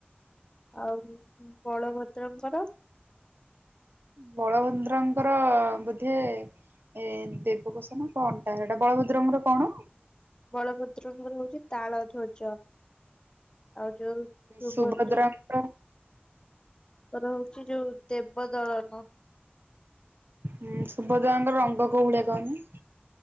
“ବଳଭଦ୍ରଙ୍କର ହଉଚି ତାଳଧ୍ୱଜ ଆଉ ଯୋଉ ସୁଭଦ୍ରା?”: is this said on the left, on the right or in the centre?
Left